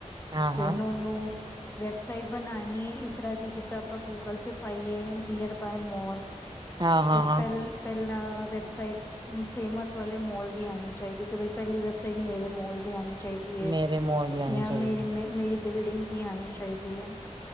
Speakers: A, on the right; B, on the left.
A: ਹਾਂ ਹਾਂ
B: ਤੇ ਉਨ- ਨੂੰ ਵੈਬਸਾਈਟ ਬਣਾਣੀ ਹੈ ਇਸ ਤਰ੍ਹਾਂ ਦੀ ਜਿੱਦਾਂ ਆਪਾਂ ਗੂਗਲ ਚ ਪਾਈਏ ਨੀਅਰ ਬਾਏ ਮੌਲ।
A: ਹਾਂ ਹਾਂ
B: ਤੇ
A: ਹਾਂ
B: ਪਹਿਲ ਪਹਿਲਾ ਵੈਬਸਾਈਟ ਫੇਮਸ ਵਾਲੇ ਮੋਲ ਦੀ ਆਣੀ ਚਾਹੀਦੀ ਕਿ ਬਈ ਪਹਿਲੀ ਵੈਬਸਾਈਟ ਮੇਰੇ ਮੋਲ ਦੀ ਆਣੀ ਚਾਹੀਦੀ ਹੈ,
A: ਮੇਰੇ ਮੋਲ ਦੀ ਆਣੀ
B: ਜਾਂ
A: ਚਾਹੀਦੀ
B: ਮੇਰੇ ਮ ਮੇਰੀ ਬਿਲਡਿੰਗ ਦੀ ਆਣੀ ਚਾਹਿਦੀ ਏ।